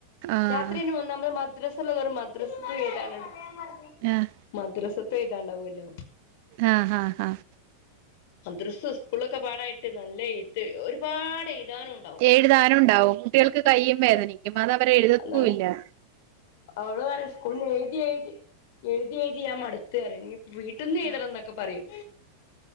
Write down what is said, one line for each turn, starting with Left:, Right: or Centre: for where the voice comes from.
Right: ആഹ്
Left: രാത്രി അയിന് ഒന്നാമത് മദ്രസ് ള്ള തോറും മദ്രസ്ക്ക് എഴ്താന്നുണ്ടാവും.
Right: ആഹ്
Left: മദ്രസ്ത്തെ എഴ്താണ്ടാവല്ലൊ
Right: ആഹ് അഹ് അഹ്
Left: മദ്രസ്, സ്കൂളൊക്കെ പാടായിട്ട് നല്ല എഴത്ത്. ഒരുപാട് എഴ്താനുണ്ടാവും.
Right: എഴ്താനുണ്ടാവും. കുട്ടികൾക്ക് കയ്യും വേദനിക്കും. അത് അവരെ എഴ്തത്തൂല്ലാ.
Left: അതാണ് അവള് പറയും സ്കൂൾന്ന്‌ എഴ്തി, എഴ്തി എഴ്തി, എഴ്തി ഞാം മട്ത്ത് അറിയും. ഇഞ്ഞി വീട്ട്ന്ന് എഴ്തണംന്നൊക്കെ
Right: ആഹ്
Left: പറയും.